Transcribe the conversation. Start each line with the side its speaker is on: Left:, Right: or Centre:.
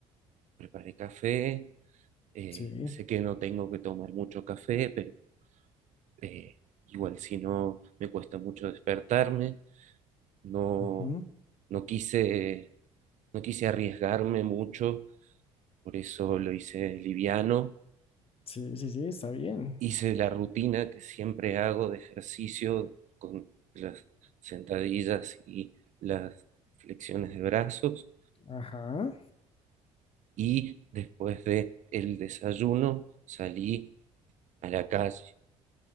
Right: el café. Eh,
Left: Sí,
Right: sé que no tengo que tomar mucho café, pero eh, igual si no me cuesta mucho despertarme. No,
Left: ujú,
Right: no quise, no quise arriesgarme mucho, por eso lo hice liviano.
Left: Sí, sí, sí, está bien.
Right: Hice la rutina que siempre hago de ejercicio con las sentadillas y las flexiones de brazos.
Left: Ajá.
Right: Y después de el desayuno salí a la calle.